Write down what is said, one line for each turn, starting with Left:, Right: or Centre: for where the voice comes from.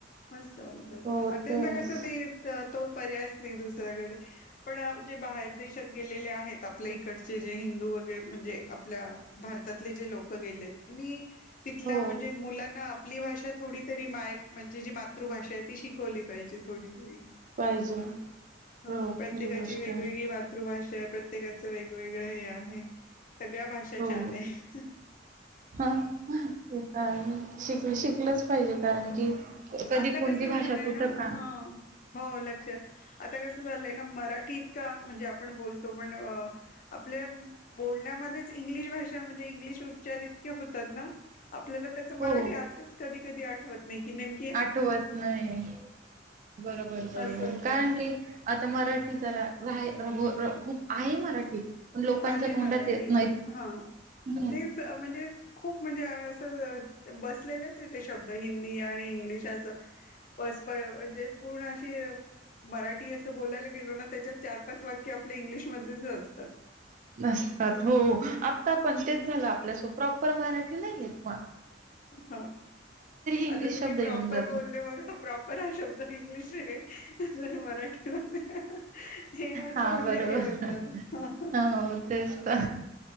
Left: मस्त बोलतात
Right: हो
Left: त्यांना
Right: तेच
Left: कसं ते... तो पर्यायच नाही दुसऱ्याकडे पण जे बाहेर देशात गेलेले आहेत आपल्या इकडचे जे... हिंदू वगैरे म्हणजे... आप भारतातले जे लोक गेले त्यांनी तिथल्या
Right: हो
Left: म्हणजे मुलांना... आपली भाषा थोडी तरी माय म्हणजे जी मातृभाषा आहे.. ती शिकवली पाहिजे थोडी तरी..
Right: पाहिजे
Left: हा
Right: हो
Left: प्रत्येकाची
Right: खरी गोष्ट
Left: वेगवेगळी
Right: आहे
Left: मातृभाषा.. प्रत्येकाचं वेगवेगळ हे आहे सगळ्या भाषा
Right: हो
Left: छान आहे..
Right: हा ते का आहे शिक शिकलच
Left: हा
Right: पाहिजे कारण की.. कधी
Left: आता
Right: कोणती
Left: कसं
Right: भाषा
Left: झालंय
Right: कुठं
Left: ना
Right: का
Left: ह हो लक्ष आता कसं झालंय ना मराठीत.. म्हणजे आपण बोल.. पण आपल्या बोलण्यामध्येच इंग्लिश भाषा म्हणजे इंग्लिश उच्चार इतके होतात.. आपल्याला त्या मराठी
Right: हो
Left: अर्थच कधी कधी आठवत नाही की नेम..
Right: आठवत नाही. बरोबर बरोबर
Left: असं होतं
Right: कारण की आता मराठी जरा राहायल.. खूप आहे मराठी पण लोकांच्या
Left: आहे
Right: तोंडात
Left: मराठी
Right: येत नाहीत.
Left: हां
Right: हं.
Left: तेच म्हणजे खूप म्हणजे असं. बसलेलेच आहे तेे शब्द हिंदी आणि इंग्लिश असं पप म्हणजे पूर्ण अशी... मराठी असं बोलायला गेलो ना त्याच्यात चार पाच वाक्य आपले इंग्लिश मधलेच असतात.
Right: नसतात हो आत्ता पण तेच झालं आपल्यासो प्रॉपर मराठी नाहीयेत...
Left: ह
Right: इंग्लिश
Left: आता तुम्ही
Right: शब्द येऊन
Left: प्रॉपर
Right: जातो.
Left: बोलले बघ प्रॉपर हा शब्द इंग्लिश आहे. त मराठीमध्ये हे असं
Right: हा
Left: म्हणजे
Right: बरोबर
Left: हे होतं..
Right: हो तेच प...